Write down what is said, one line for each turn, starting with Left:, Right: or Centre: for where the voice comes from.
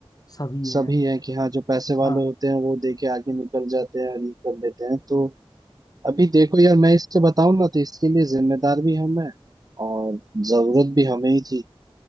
Left: सभी
Right: सभी
Left: हैं
Right: हैं कि हाँ जो पैसे वाले
Left: हाँ
Right: होते हैं वो दे के आगे निकल जाते हैं और ये कर लेते हैं तो अभी देखो यार मैं इससे बताऊं ना तो इसके लिए जिम्मेदार भी हम हैं और जरूरत भी हमें ही थी